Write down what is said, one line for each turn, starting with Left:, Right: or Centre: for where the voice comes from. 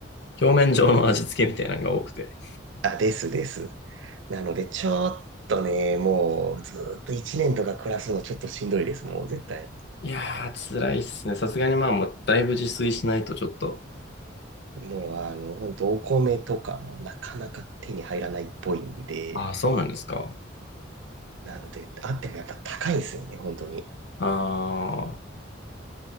Left: 表面上の味付けみたいなのが多くて。
Right: あ、ですです。なので、ちょっとね、もうずーっと1年とか暮らすのちょっとしんどいです、もう絶対。
Left: いやー、辛いっすね。さすがにまあ、もうだいぶ自炊しないとちょっと、
Right: もうあの、ほんとお米とかもなかなか手に入らないっぽいんで、
Left: ああ、そうなんですか。
Right: なので、あってもやっぱ高いんですよね、本当に。
Left: ああ、